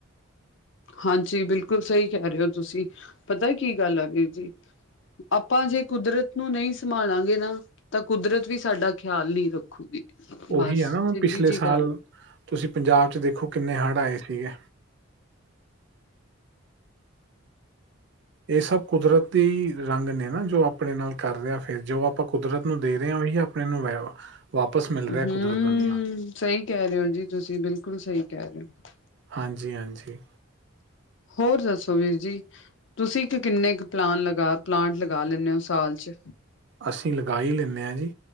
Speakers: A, on the left; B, on the right.
A: ਹਾਂਜੀ ਬਿਲਕੁਲ ਸਹੀ ਕਹਿ ਰਹੇ ਹੋ ਤੁਸੀਂ, ਪਤਾ ਕੀ ਗੱਲ ਆ ਵੀਰ ਜੀ ਆਪਾਂ ਜੇ ਕੁਦਰਤ ਨੂੰ ਨਹੀਂ ਸੰਭਾਲਾਂਗੇ ਨਾ ਤਾਂ ਕੁਦਰਤ ਵੀ ਸਾਡਾ ਖਿਆਲ ਨੀ ਰੱਖੂਗੀ, ਬੱਸ
B: ਉਹੀ ਆ ਨਾ ਹੁਣ
A: ਸਿੱਧੀ
B: ਪਿਛਲੇ
A: ਜੀ
B: ਸਾਲ
A: ਗੱਲ ਆ।
B: ਤੁਸੀਂ ਪੰਜਾਬ 'ਚ' ਦੇਖੋ ਕਿੰਨੇ ਹੜ੍ਹ ਆਏ ਸੀਗੇ। ਇਹ ਸਭ ਕੁਦਰਤੀ ਦੇ ਰੰਗ ਨੇ ਨਾ ਜੋ ਆਪਣੇ ਨਾਲ ਕਰ ਰਿਹਾ ਫਿਰ ਜੋ ਆਪਾਂ ਕੁਦਰਤ ਨੂੰ ਦੇ ਰਹੇ ਆ ਉਹੀ ਆ ਨੂੰ ਵਾਪਸ ਮਿਲ ਰਿਹਾ
A: ਹਮ
B: ਕੁਦਰਤ ਬੰਨੀਓ।
A: ਸਹੀ ਕਹਿ ਰਹੇ ਓ ਜੀ ਤੁਸੀਂ ਬਿਲਕੁਲ ਸਹੀ ਕਹਿ ਰਹੇ ਓ।
B: ਹਾਂਜੀ- ਹਾਂਜੀ।
A: ਹੋਰ ਦੱਸੋ ਵੀਰ ਜੀ? ਤੁਸੀਂ ਇੱਕ ਕਿੰਨੇ ਕੁ ਪਲਾਨ, ਪਲਾਂਟ ਲਗਾ ਲੈਂਦੇ ਹੋ ਸਾਲ 'ਚ।
B: ਅਸੀਂ ਲਗਾ ਹੀ ਲੈਂਦੇ ਹਾਂ ਜੀ